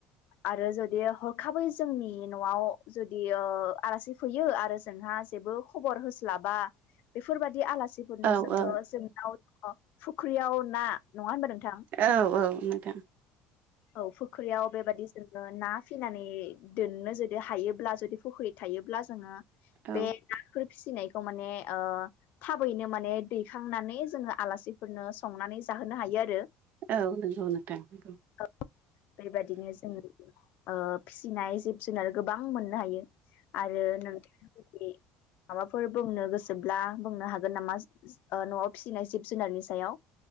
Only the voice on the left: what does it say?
आरो जदि हरखाबै जोंनि न'आव जुदि ओ आलासि फैयो आरो जोंहा जेबो खबर होस्लाबा बेफोर बायदि आलासिफोरनो
जोङो
जोंनाव दङ फुख्रियाव ना नङा होनबा नोंथां
औ फुख्रियाव बेबादि जों ओ ना फिनानै दोननो जुदि हायोब्ला जुदि फुख्रि थायोब्ला जोङो
बेह नाफोर फिसिनायखौ माने ओ थाबैनो माने दैखांनानै जोङो आलासिफोरनो संनानै जाहोनो हायो आरो
औ बेबादिनो जों ओ फिसिनाय जिब जुनार गोबां बां मोननो हायो आरो नोंथां नि माबाफोर बुंनो गोसोब्ला बुंनो हागोन नामा सो ओह न'आव फिसिनाय जिब जुनारनि सायाव